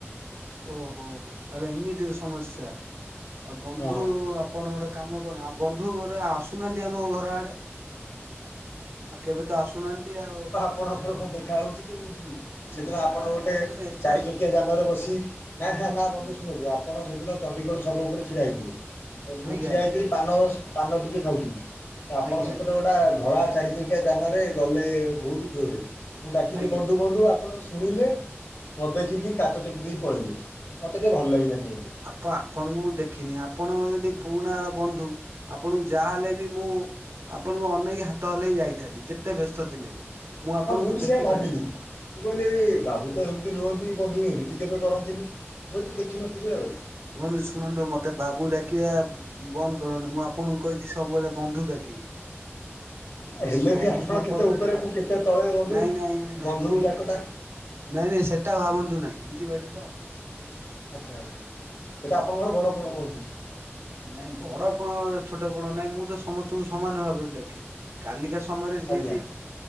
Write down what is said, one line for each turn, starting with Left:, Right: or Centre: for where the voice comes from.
Right: ଓହୋ ତାହେଲେ ଏମିତି ସମସ୍ୟା ଆଉ ବନ୍ଧୁ
Left: ହଁ
Right: ଆପଣ ଗୋଟେ କାମ କରୁନ୍ତୁ ଆଉ ବନ୍ଧୁ ଘର ଆସୁନାହାନ୍ତି ଆମ ଘର ଆଡେ। ଆଉ କେବେ ତ ଆସୁନାହାନ୍ତି ଆଉ।
Left: ଆପଣଙ୍କ ସହ କଣ ଦେଖାହଉଛି କି ମୁଁ ଯିବି। ସେଦିନ
Right: ନା
Left: ଆପଣ ଗୋଟେ
Right: ବନ୍ଧୁ ଏଟା
Left: ଚାରି ଚକିଆ ଯାନରେ ବସି। ନା ନା ନା
Right: ଆଜ୍ଞା
Left: ବନ୍ଧୁ ଶୁଣନ୍ତୁ ଆପଣ ସେଦିନ ଚଣ୍ଡିଗଡ଼ ଛକ ଉପରେ ଛିଡ଼ା ହେଇଥିଲେ। ମୁଁ
Right: ଆଜ୍ଞା
Left: ଠିଆ
Right: ଆଜ୍ଞା
Left: ହେଇଥିଲି ପାନ ପାନ ଟିକେ ଖାଉଥିଲ ଆପଣ
Right: ଆଜ୍ଞା
Left: ସେପଟେ
Right: ଆଜ୍ଞା
Left: ଗୋଟେ ଧଳା ଚାରି ଆଜ୍ଞା ଯାନରେ ଗଲେ ବହୁତ ଜୋରେ, ମୁଁ ଡାକିଲି
Right: ଆଜ୍ଞା।
Left: ବନ୍ଧୁ ବନ୍ଧୁ ଆପଣ ଶୁଣିଲେ ମତେ ଦେଖିକି କାଚ ଟେକି ଦେଇ ପଳେଇଲିି ମତେ ଟିକେ ଭଲ ଲାଗିଲା କିନ୍ତୁ।
Right: ତ ଆପଣଙ୍କୁ ମୁଁ ଦେଖିନି ଆପଣ ଯଦି ପୁରୁଣା ବନ୍ଧୁ ଆପଣଙ୍କୁ ଯାହାହେଲେ ବି ମୁଁ। ଆପଣଙ୍କୁ ଅନେଇକ ହାତ ହଲେଇ ଯାଇଥାନ୍ତି ଯେତେ ବ୍ୟସ୍ତ ଥିଲେ ବି। ଆପଣଙ୍କୁ
Left: ହଁ ମୁଁ ବି
Right: ଦେଖିପାରି
Left: ସେୟା ଭାବିଲି
Right: ନାହିଁ
Left: ମୁଁ କହିଲି ଏଇ ବାବୁ ତ ଏମିତି ନୁହ ବଧେ ଏମିତି କେବେ କରନ୍ତିନି ହୁଏ ତ ଦେଖିନଥିବେ ଆଉ।
Right: ଶୁଣନ୍ତୁ ଶୁଣନ୍ତୁ ମୋତେ ବାବୁ ଡାକିବା ବନ୍ଦ କରନ୍ତୁ ମୁଁ ଆପଣଙ୍କୁ କହିଥିଲି ସବୁବେଳେ ବନ୍ଧୁ ଡକିବେ।
Left: ହେଲେ
Right: ଯୋଉଠି ବନ୍ଧୁ
Left: ବି ଆପଣ
Right: ସମ୍ପର୍କ
Left: କେତେ ଉପରେ
Right: ଥିବ
Left: ମୁଁ କେତେ ତଳେ ବନ୍ଧୁ
Right: ନାଇଁ ନାଇଁଁ ନାଇଁ
Left: ବନ୍ଧୁ
Right: ନାଇଁ
Left: ଗୁରାକଟା
Right: ନାଇଁ ସେ ନାଇଁ ନାଇଁ ସେଟା ଭାବନ୍ତୁ ନାହିଁ, ବୁଝିପାରିଲେ ତ?
Left: ଆଚ୍ଛା ଆଛା ସେଇଟା
Right: ହଁ
Left: ଆପଣଙ୍କର ବଡ ପର୍ବ
Right: ମୁଁ
Left: ବଧେ।
Right: ନାଇଁ ବଡ କଣ ଛୋଟ କଣ ନାଇଁ ମୁଁ ତ ସମସ୍ତଙ୍କୁ ସମାନ ଭାବରେ ଦେଖେ। କାଲିକା ସମୟରେ ଯିଏ
Left: ଆଜ୍ଞା
Right: ବି